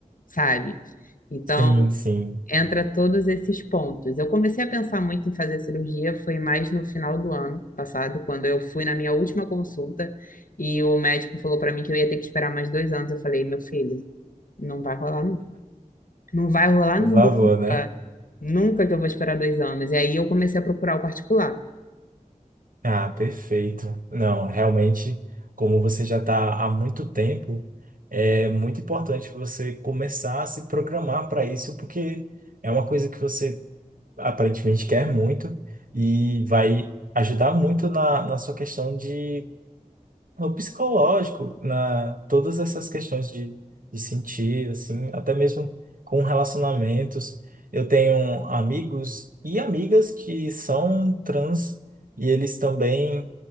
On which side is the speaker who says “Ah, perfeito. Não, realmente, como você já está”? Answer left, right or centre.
Right